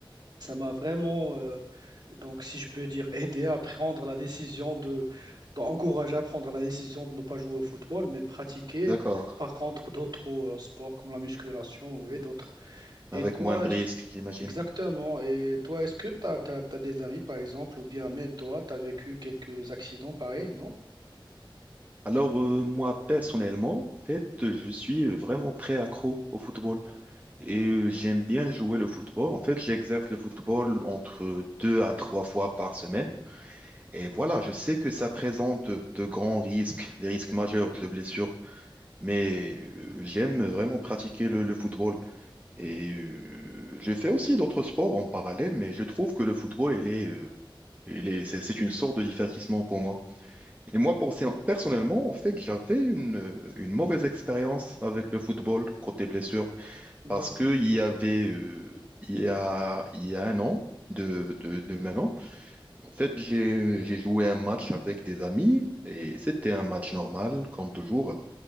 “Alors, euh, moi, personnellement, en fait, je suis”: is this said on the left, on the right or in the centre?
Right